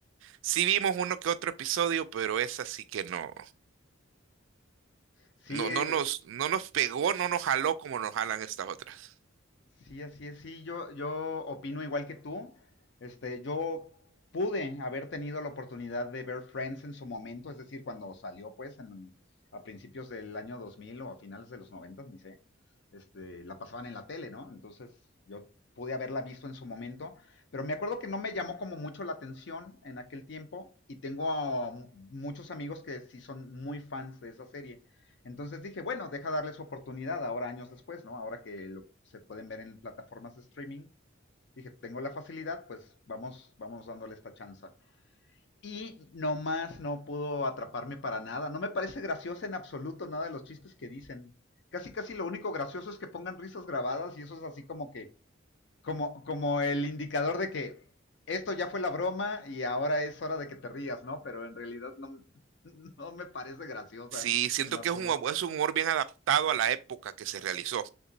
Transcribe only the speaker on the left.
Sí,
eh,
Sí, así es, sí, yo, yo opino igual que tú. Este, yo pude haber tenido la oportunidad de ver Friends en su momento, es decir, cuando salió, pues, en- a principios del año 2000 o a finales de los 90, ni sé. Este, la pasaban en la tele, ¿no? Entonces, yo pude haberla visto en su momento, pero me acuerdo que no me llamó como mucho la atención en aquel tiempo y tengo a mu- muchos amigos que sí son muy fans de esa serie. Entonces dije, bueno, deja darle su oportunidad ahora años después, ¿no? Ahora que lo, se pueden ver en plataformas de streaming, dije, tengo la facilidad, pues vamos, vamos dándole esta chance. Y nomás no pudo atraparme para nada. No me parece graciosa en absoluto nada de los chistes que dicen. Casi, casi lo único gracioso es que pongan risas grabadas y eso es así como que, como, como el indicador de que esto ya fue la broma y ahora es hora de que te rías, ¿no? Pero en realidad no, <laughs> no me parece graciosa
en absoluto.